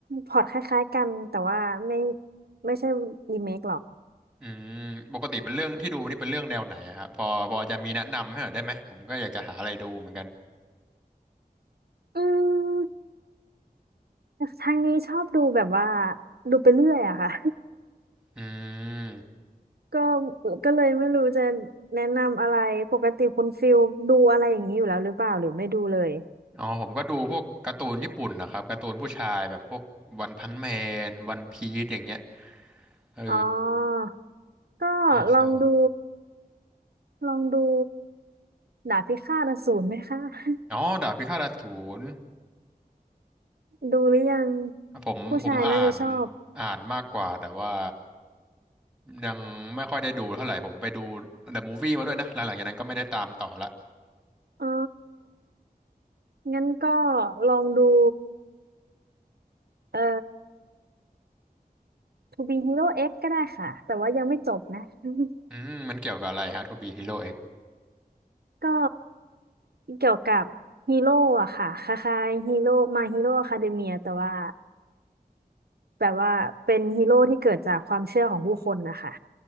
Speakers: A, on the right; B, in the centre.
A: พล็อตคล้ายๆกันแต่ว่าไม่ไม่ใช่รีเมคหรอก
B: อืมปกติเป็นเรื่องที่ดูนี่เป็นเรื่องแนวไหนอะครับพอพอจะมีแนะนำให้หน่อยได้ไหมผมก็อยากจะหาอะไรดูเหมือนกัน
A: อืมทางนี้ชอบดูแบบว่าดูไปเรื่อยอะค่ะ
B: อืม
A: <laughs> ก็ก็เลยไม่รู้จะแนะนำอะไรปกติคุณฟิลดูอะไรอย่างนี้อยู่แล้วหรือเปล่าหรือไม่ดูเลย
B: อ๋อผมก็ดูพวกการ์ตูนญี่ปุ่นนะครับการ์ตูนผู้ชายแบบพวกวันพันแมนวันพีซอย่างเงี้ยเออ
A: อ๋อ ก็ลองดู
B: ใช่ใช่
A: ลองดูดาบพิฆาตอสูรไหมคะ <laughs>
B: อ๋อดาบพิฆาตอสูร
A: ดูหรือยัง
B: ผมผมอ่าน
A: ผู้ชายน่าจะชอบ
B: อ่านมากกว่า แต่ว่ายังไม่ค่อยได้ดูเท่าไหร่ ผมไปดูเดอะมูฟวี่มาด้วยนะ หลังๆจากนั้นก็ไม่ได้ตามต่อละ
A: อ๋องั้นก็ลองดูเอ่อ To Be Hero X ก็ได้ค่ะแต่ว่ายังไม่จบนะ <laughs>
B: อืมมันเกี่ยวกับอะไรฮะทูบีฮีโร่เอ็ก
A: ก็เกี่ยวกับฮีโร่อะค่ะคล้ายๆฮีโร่มาฮีโร่อะคาเดเมียแต่ว่าแบบว่าเป็นฮีโร่ที่เกิดจากความเชื่อของผู้คนนะคะ